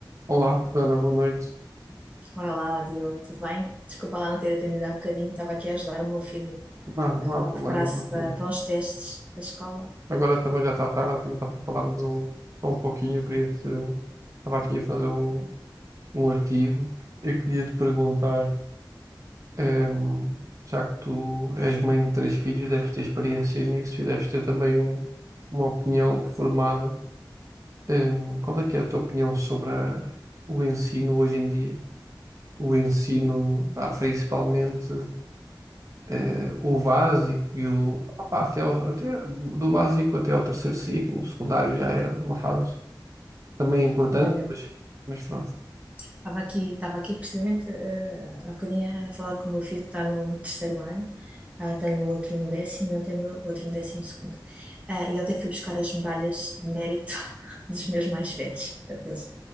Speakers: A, on the right; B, on the right.
A: Olá, Fernanda, boa noite.
B: Olá, Diogo, tudo bem? Desculpa lá não ter atendido há bocadinho, estava aqui a ajudar o meu filho
A: Não, não
B: que estava
A: há problema,
B: a preparar-se
A: não há
B: para,
A: problema.
B: para uns testes da escola.
A: Agora também já está tarde, também está para falarmos um- só um pouquinho. Eu queria te, estava aqui a fazer um, um artigo. Eu queria te perguntar, ehm, já que tu és mãe de três filhos, deves ter experiência nisso e deves ter também um- uma opinião formada. Ehm, qual é que é a tua opinião sobre a- o ensino hoje em dia? O ensino, pá, principalmente. eh, o básico e o. opá, até, o- até do básico até ao terceiro ciclo, o secundário já é uma fase também importante,
B: Olha,
A: mas, mas pronto.
B: Estava aqui, estava aqui precisamente eh, há bocadinho a falar com o meu filho que está no, no terceiro ano. Ah, tenho outro no décimo e ontem no, outro no décimo segundo. Ah, e ontem fui buscar as medalhas de mérito <laughs> dos meus mais velhos. Portanto, eles